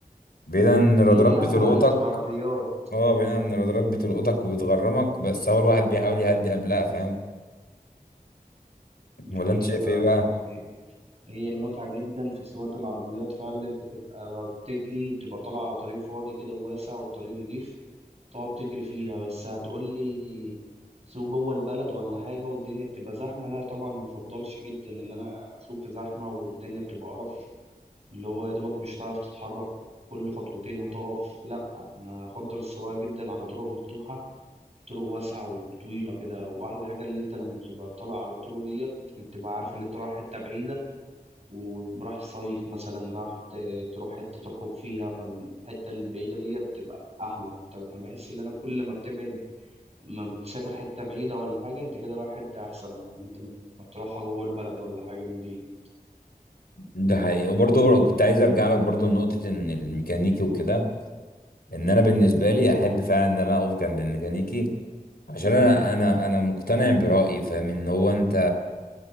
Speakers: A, on the left; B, on the right.
A: بعيدا إن الرادارات
B: هي دي
A: بتلقطك
B: أحلى حاجة في العربيات
A: اه بعيدا إن الرادارات بتلقطك وبتغرمك بس هو الواحد بيحاول يهدي قبلها فاهم
B: دي
A: ولا
B: حقيقة
A: أنت شايف
B: فعلا
A: إيه بقى؟
B: يعني هي المتعة جدا في سواقة العربيات فعلا أنت تبقى بتجري بتبقى طالع على طريق فاضي كده وواسع والطريق نضيف تقعد تجري فيها بس هتقولي سوق جوه البلد ولا حاجة والدنيا بتبقى زحمة لا طبعا مفضلش جدا اللي أنا أسوق في زحمة والدنيا بتبقى قرف اللي هو يا دوبك مش هتعرف تتحرك كل خطوتين هتقف لا انا افضل السواقه جدا على طرق مفتوحه طرق واسعه وطويله كده واحلى حاجه اللي انت لما بتبقى طالع على الطرق ديت انت بقى عارف اللي انت رايح حته بعيده وراح تصيف مثلا راح ت- تروح حته تخرج فيها فالحته البعيده ديت بتبقى احلى انت انا بحس ان انا كل ما بتبعد ما بتسافر حته بعيده ولا حاجه انت كده رايح حته احسن من إن انت ما ما تروحها جوه البلد ولا حاجه من دي
A: ده حقيقي وبرضه كنت عايز ارجع لك برضه لنقطة ان الميكانيكي وكده ان انا بالنسبة لي احب فعلا ان انا اقف جنب الميكانيكي عشان انا انا انا مقتنع برأيي فاهم ان هو انت